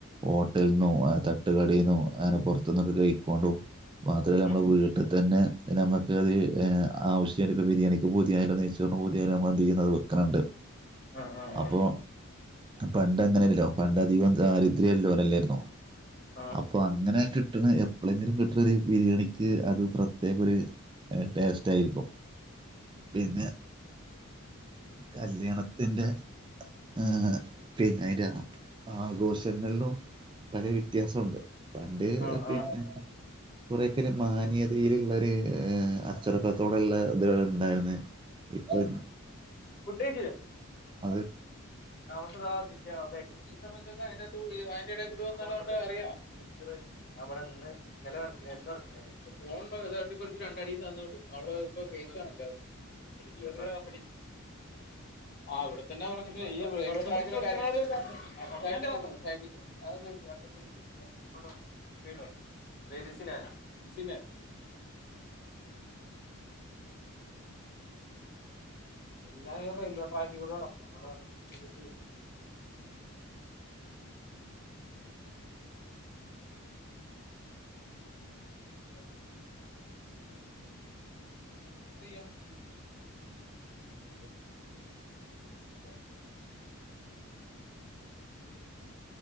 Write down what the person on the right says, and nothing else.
ഹോട്ടൽന്നോ ആഹ് തട്ടുകടീന്നോ അങ്ങനെ പുറത്ത്ന്നൊക്കെ കഴിക്കൊണ്ടു മാത്രല്ല നമ്മളെ
വീട്ടിത്തന്നെ ഡാ നമ്മക്ക അത് ഏ ആവശ്യള്ള ബിരിയാണിക്ക് പൂതിയാല്ലോ നെയ്ച്ചോറ്ന് പൂതിയല്ലോ നമ്മളത് ചെയ്യുന്നത് വെക്ക്ണണ്ട്
അപ്പോ
പണ്ട് അങ്ങനെയല്ലല്ലോ പണ്ട് അധികവും ദാരിദ്രലോലല്ലെയ്നോ ആപ്
അപ്പൊ അങ്ങനെ കിട്ടണ എപ്പളെങ്കിലും കിട്ടനൊരു ബിരിയാണിക്ക് അത് പ്രത്യേക ഒരു എ ടേസ്റ്റ് ആയിരിക്കും പിന്നെ കല്യാണത്തിന്റെ ആഹ് പിന്നെ അയ്‌ന്റെ ആഘോഷങ്ങളിലും പല വ്യത്യാസംണ്ട് പണ്ട്പിന്നേ
കൊറേക്കൊരു മാന്യതീലള്ളര് ഏഹ് അച്ചടക്കത്തോടെള്ള ഇതാള്ണ്ടായിനു ഇപ്പയ്ന്ന
അത്